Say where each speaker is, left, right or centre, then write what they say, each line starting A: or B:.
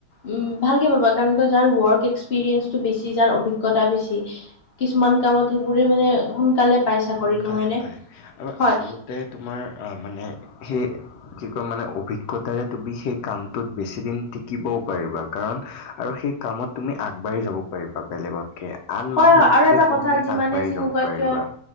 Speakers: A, on the left; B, on the left.
A: উ ভালকে পাবা কাৰণ যাৰ ৱৰ্ক এক্সপিৰিয়েন্ঞ্চটো বেছি যাৰ অভিজ্ঞতা বেছি কিছু কামত সেইবোৰে মানে সোনকালে পাই চাকৰি
B: সোনকালে
A: নহয় নে
B: পায় আৰু
A: হয়
B: আচলতে তোমাৰ আহ মানে সেই কি কয় মানে অভিজ্ঞতাৰে তুমি সেই কামটোত বেছিদিন টিকিবও পাৰিবা কাৰণ আৰু সেই কামত তুমি আগবাঢ়ি যাব পাৰিবা বেলেগতকে। আন
A: হয়
B: মানুহতকে
A: হয় আৰু এটা কথা
B: তুমি
A: যিমানে
B: আগবাঢ়ি
A: যেনেকুৱা
B: যাব পাৰিবা।
A: কিয়